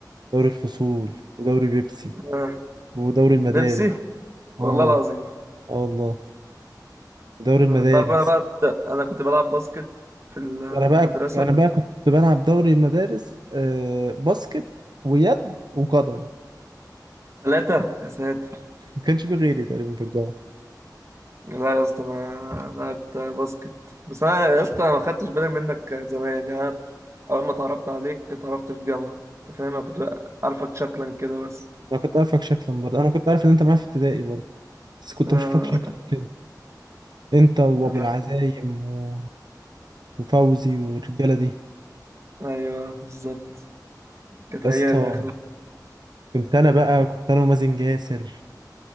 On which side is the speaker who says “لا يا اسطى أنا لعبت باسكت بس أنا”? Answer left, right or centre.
Right